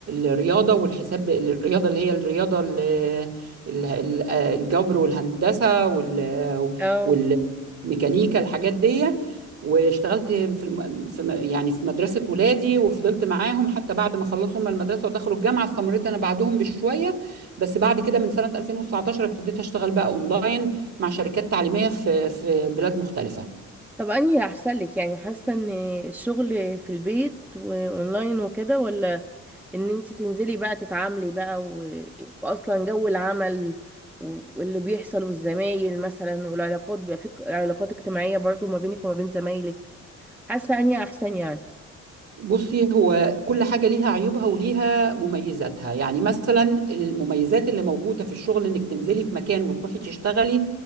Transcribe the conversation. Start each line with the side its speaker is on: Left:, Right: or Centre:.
Right: الرياضه والحساب الرياضه اللي هي الرياضه ال- ال- ال- آه، الجبر والهندسه وال-
Centre: اه
Right: والميكانيكا الحاجات دي واشتغلت في الم... في م- يعني في مدرسة ولادي وفضلت معاهم حتى بعد ما خلصوا هم المدرسة ودخلوا الجامعة استمريت أنا بعدهم بشوية بس بعد كده من سنة 2019 ابتديت أشتغل بقى أونلاين مع شركات تعليمية في في بلاد مختلفة
Centre: طب انهي احسن لك يعني حاسه ان الشغل في البيت واونلاين وكده ولا ان انت تنزلي بقى تتعاملي بقى و... واصلا جو العمل و- واللي بيحصل والزمايل مثلا والعلاقات بيبقى في علاقات اجتماعية برضو ما بينك وما بين زمايلك حاسة اني احسن يعني
Right: بصي هو كل حاجة ليها عيوبها وليها مميزاتها يعني مثلا المميزات اللي موجودة في الشغل انك تنزلي في مكان وتروحي تشتغلي